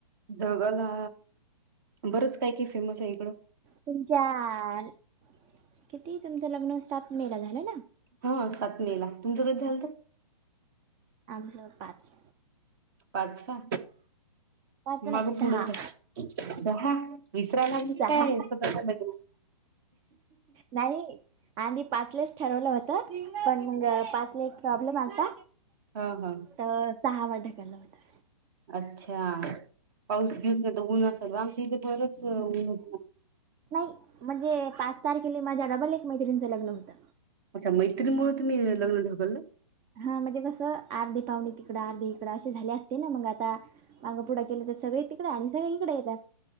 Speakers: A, on the right; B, on the right.
A: जळगावला बरंच काय काही फेमस आहे इकडं.
B: तुमच्या, किती तुमचं लग्न सात मे ला झालं ना?
A: हा सात मे ला, तुमचं कधी झालतं?
B: आमचं पाच.
A: पाच का?
B: पाच नाही
A: माग
B: सहा
A: पुढंच हाय. सहा, विसराय लागली
B: सहा
A: काय स्वतःच लग्न?
B: नाही, आम्ही पाचलाच ठरवलं होतं, पण मग पाच ले एक प्रॉब्लेम आलता,
A: हा हा
B: तर सहा वर ढकललं होतं.
A: अच्छा, पाऊस बिऊस नाही तर ऊन असल व, आमच्या इथे बरंच ऊन हो
B: नाही, म्हणजे पाच तारखेला माझ्या डबल एक मैत्रिणीचं लग्न होतं.
A: अच्छा, मैत्रीणमुळे तुम्ही लग्न ढकललं?
B: हा म्हणजे कसं, अर्धे पावणे तिकडं अर्धे इकडं असे झाले असते ना, मग आता माग पुढं केलं तर सगळे तिकडे आणि सगळी इकडे येतात.